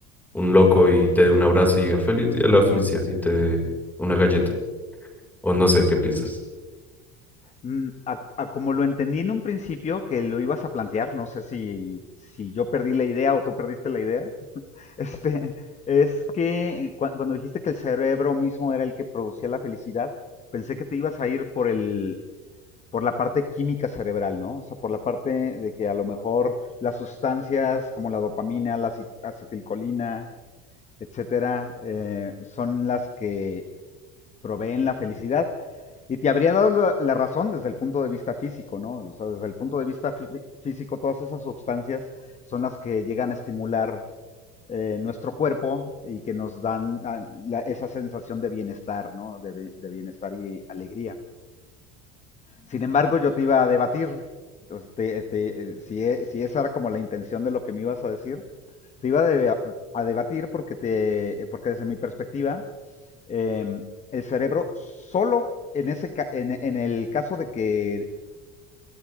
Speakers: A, in the centre; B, on the left.
A: un loco y te dé un abrazo y diga feliz día de la felicidad y te dé una galleta, o no sé qué piensas.
B: Mm, A, a como lo entendí en un principio que lo ibas a plantear, no sé si, si yo perdí la idea o tú perdiste la idea, <laughs> este, es que cua- cuando dijiste que el cerebro mismo era el que producía la felicidad, pensé que te ibas a ir por el, por la parte química cerebral, ¿no? O sea, por la parte de que a lo mejor las sustancias como la dopamina, la aci- acetilcolina, etcétera, eh, son las que proveen la felicidad. Y te habría dado la, razón desde el punto de vista físico, ¿no? O sea, desde el punto de vista fí- físico, todas esas sustancias son las que llegan a estimular eh, nuestro cuerpo y que nos dan ah, la- esa sensación de bienestar, ¿no? De, de bienestar y alegría. Sin embargo, yo te iba a debatir, entonces, te- te- eh, si, e- si esa era como la intención de lo que me ibas a decir, te iba a, deba- a debatir porque, te, porque desde mi perspectiva, eh, el cerebro solo en, ese, en, en el caso de que,